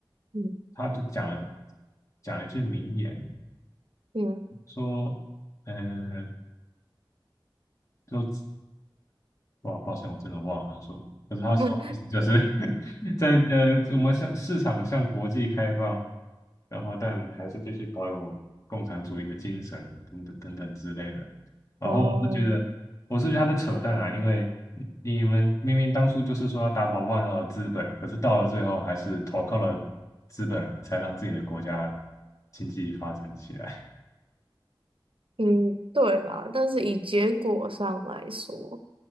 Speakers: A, on the right; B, on the left.
A: 嗯。
B: 他就讲了讲了一句名言，
A: 嗯，
B: 说，呃，就。”哇，抱歉，我真的忘了他说的。可是他说的意思就是
A: <laughs>
B: <laughs> 在呃，我们向市场向国际开放，然后但还是继续保有共产主义的精神等等等等之类的。然后我是觉得，
A: 哦，
B: 我是觉得他在扯淡啊，因为你们明明当初就是说要打倒万恶资本，可是到了最后还是投靠了资本，才让自己的国家经济发展起来。
A: 嗯，对啦，但是以结果上来说，